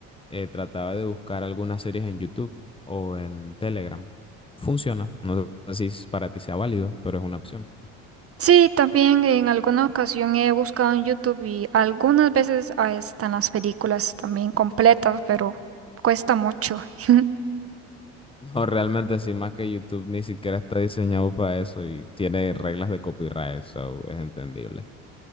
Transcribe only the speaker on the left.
eh, trataba de buscar algunas series en YouTube o en Telegram. Funciona. No sé si es- para ti sea válido, pero es una opción.
No, realmente sí, más que YouTube ni siquiera está diseñado para eso y tiene reglas de copyright, so es entendible.